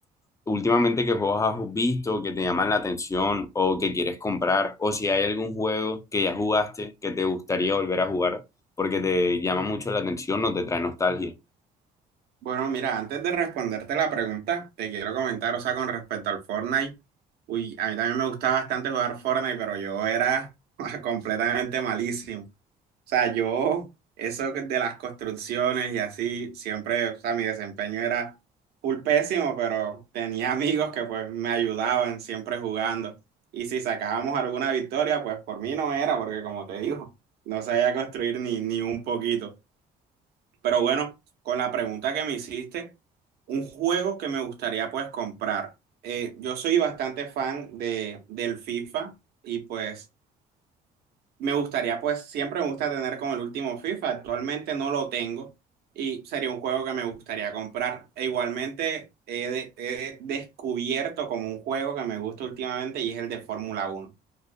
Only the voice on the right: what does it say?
Bueno, mira, antes de responderte la pregunta, te quiero comentar, o sea, con respecto al Fortnite, uy, a mí también me gustaba bastante jugar Fortnite, pero yo era <laughs> completamente malísimo. O sea, yo, eso que de las construcciones y así, siempre, o sea, mi desempeño era full pésimo, pero tenía amigos que pues me ayudaban siempre jugando. Y si sacábamos alguna victoria, pues por mí no era, porque como te digo, no sabía construir ni, ni un poquito. Pero bueno, con la pregunta que me hiciste, un juego que me gustaría pues comprar. Eh, yo soy bastante fan de, del FIFA y pues me gustaría pues siempre me gusta tener como el último FIFA. Actualmente no lo tengo y sería un juego que me gustaría comprar. E igualmente he, de- he descubierto como un juego que me gusta últimamente y es el de Fórmula Uno